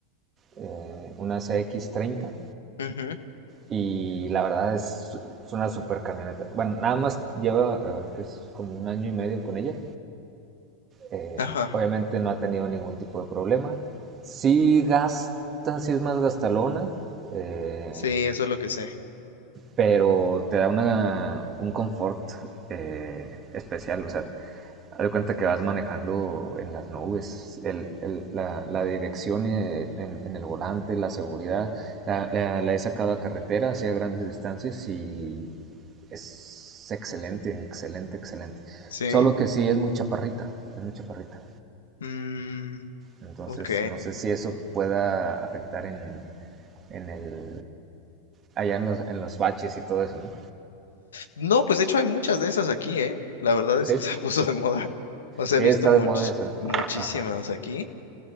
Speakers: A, on the right (about 35°); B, on the left (about 85°).
A: eh, una CX-30,
B: Ujú.
A: y la verdad es, es una super camioneta. Bueno, nada más lleva, a ver, que es como un año y medio con ella. Eh,
B: Ajá,
A: obviamente no ha tenido ningún tipo de problema. Sí gasta, sí es más gastalona, eh,
B: sí, eso es lo que sé.
A: pero te da una, un confort eh, especial, o sea, Haz de cuenta que vas manejando en las nubes, el- el- la, la dirección eh, en, en el volante, la seguridad. La, la- la he sacado a carretera, hacia grandes distancias y es excelente, excelente, excelente.
B: ¿Sí?
A: Solo que sí es muy chaparrita, es muy chaparrita.
B: Mm,
A: Entonces
B: ok.
A: no sé si eso pueda afectar en, en el, allá en los, en los baches y todo eso, ¿no?
B: No, pues de hecho hay muchas de esas aquí, ¿eh? La verdad
A: Sí,
B: es que se <laughs> puso de moda. O sea,
A: sí,
B: he visto
A: está
B: much-
A: de moda esa.
B: muchísimas
A: Ajá,
B: aquí